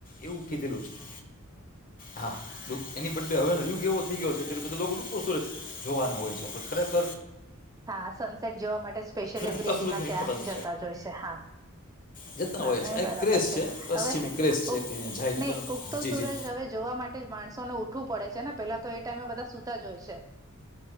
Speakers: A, on the left; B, on the right.
A: એવું કીધેલું છે. હા. એની બદલે હવેનો યુગ એવો થઈ ગયો છે. ત્યારે બધા લોકો ડૂબતો સુરજ જોવાનો હોય છે પણ ખરેખર
B: હા. સનસેટ જોવા માટે સ્પેશિયલી
A: ઉગતા
B: બ્રિજના
A: સૂરજનું
B: ત્યાં
A: ઇમ્પોર્ટન્સ
B: જ જતા હોય છે. હા.
A: જતા
B: હા,
A: હોય
B: નહીં
A: છે આ એક
B: બરાબર
A: ક્રેઝ
B: છે.
A: પશ્ચિમી
B: હવે
A: ક્રેઝ છે
B: ઉગ
A: કે અહીંયા જાય છે
B: નહીં
A: પણ
B: ઉગતો
A: જી
B: સૂરજ
A: જી
B: હવે જોવા માટ તે જ માણસો ને ઉઠવું પડે છે, ને પેલા તો એ ટાઈમે બધા સુતા જ હોય છે.